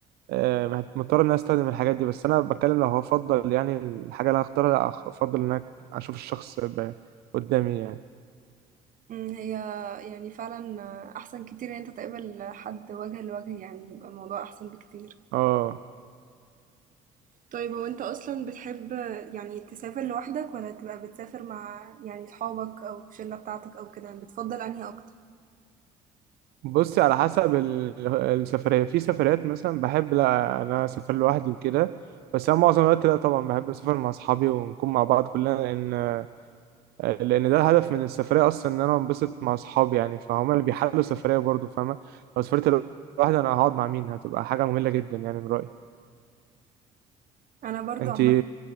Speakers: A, on the right; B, on the right.
A: آه، مه- مضطر ان انا استخدم الحاجات دي بس انا بتكلم لو هفضل يعني الحاجه اللي انا اختارها أخ- افضل ان انا اشوف الشخص ب- قدامي يعني
B: مم، هي يعني فعلا احسن كتير ان انت تقابل حد وجه لوجه يعني بيبقى الموضوع احسن بكتير
A: اه
B: طيب هو انت اصلا بتحب يعني تسافر لوحدك ولا تبقى بتسافر مع يعني صحابك او الشلة بتاعتك او كده بتفضل انهي اكتر
A: بصي على حسب ال- السفريه في سفريات مثلا بحب لا انا اسافر لوحدي وكده بس انا معظم الوقت لا طبعا بحب اسافر مع اصحابي ونكون مع بعض كلنا لان آه، لان ده الهدف من السفريه اصلا ان انا انبسط مع اصحابي يعني فهم اللي بيحلوا السفريه برضه فاهمه لو سافرت لوحدي انا هقعد مع مين هتبقى حاجه ممله جدا يعني من رايي
B: انا برضو
A: انت
B: عامه